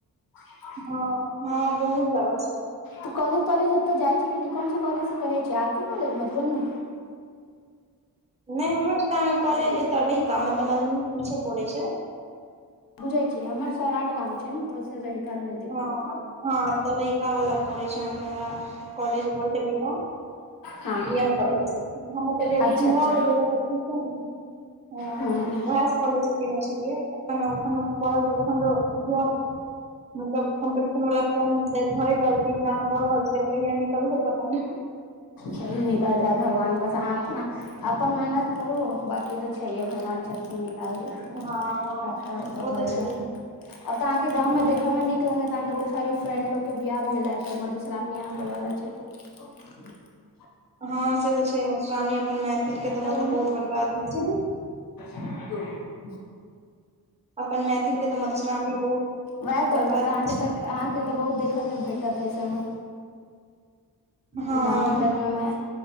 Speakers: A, on the left; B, on the right.
A: ह
B: हँ हँ बहुत जादा छै
A: तऽ कॉलेज तॉलेज ओत जाइ छै कि कोन कॉलेज से करै छी आर के कॉलेज मधुबनी
B: नहि हमर छला कॉलेज एतय रहिका मतलब मधुबनीके पीछे पड़ै छै
A: बुझै छियै हमर सौराठ गाम छै न त रहिका नजदीक
B: हँ
A: पड़ै छै
B: हँ तऽ रहिका वाला पड़ै छै अहाँके हमरा कॉलेज पऽ छै रहिका
A: हँ
B: बी एम कॉलज हम तऽ ग्रेजशन
A: अच्छा अच्छा
B: भ ह
A: हँ
B: ओहे काॅलेज केने छलियै त त मतलब कम्पटीशन वाला फॉर्म भरि रहल छि एगजाम द रहल छै कहिया निकलतै पता नय
A: चलू निकलि जायत भगवान बस अपना अपन मेहनत करू बाकी तो छैहे भगवान छथिन निकाल देत
B: हँ
A: सबटा ओ त हो
B: तऽ छै
A: जाय अब तऽ अहाँके गाम
B: हँ
A: मे देखऽ मे निक लागत अहां के बहुत सारी फ्रेंड लोग के बियाह भेल हैत तो मधुश्रामणी आबय वाला छै त
B: हँ से तऽ छै मधुश्रावणी अपन मैथिल
A: डॉक्टर
B: के तऽ मतलब बहुत बड़का अथी छै
A: ठ
B: अपन मैथिल के तऽ मधुश्रावणी बहुत
A: वएह
B: बड़का
A: कहलौ तऽ
B: अथी
A: अहाँके
B: छै।
A: तऽ अहाँके तऽ बहुत देखय के भेटत एहि सभ मे
B: हँ।
A: गांम घर मे